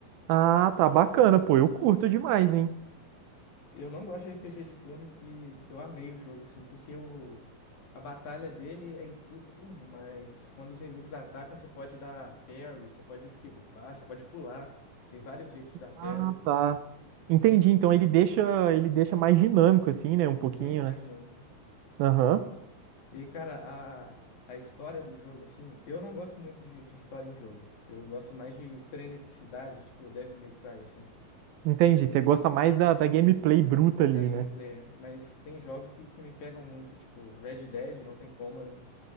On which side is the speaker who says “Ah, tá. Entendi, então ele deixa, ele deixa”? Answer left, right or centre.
Right